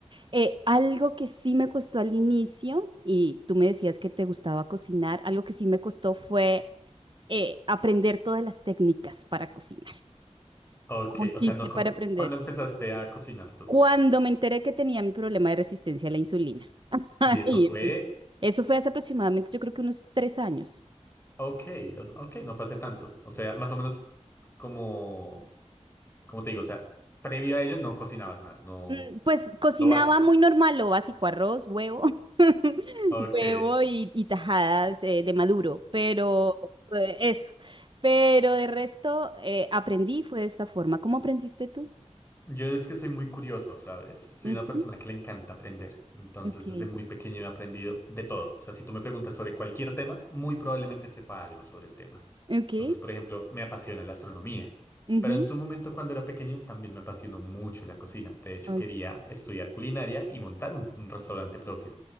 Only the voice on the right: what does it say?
Eh, algo que sí me costó al inicio, y tú me decías que te gustaba cocinar, algo que sí me costó fue eh, aprender todas las técnicas para cocinar.
¿Cómo hiciste
para aprender?
Cuando me enteré que tenía mi problema de resistencia a la insulina. <laughs> Ahí
empecé. Eso fue hace aproximadamente, yo creo que unos tres años.
Mm, Pues cocinaba
muy normal, lo básico, arroz, huevo, <laughs>
huevo y, y tajadas eh, de maduro, pero eh, eso. Pero de resto eh, aprendí, fue de esta forma. ¿Cómo aprendiste tú?
Ujú,
Ok,
ok,
ujú,
ok.